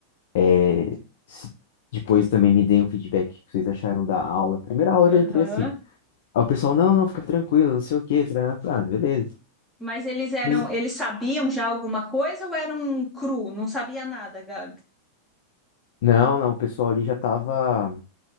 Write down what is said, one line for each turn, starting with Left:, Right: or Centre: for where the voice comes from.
Left: É, Se- depois também me deem um feedback que vocês acharam da aula. Primeira aula
Centre: Aham.
Left: eu já entrei assim. Aí o pessoal, não, não, fica tranquilo, não sei o quê. tarará. Ah, beleza.
Centre: Mas eles eram,
Left: Eles-
Centre: eles sabiam já alguma coisa ou eram cru? Não sabia nada, Gabi.
Left: Não, não, o pessoal ali já tava,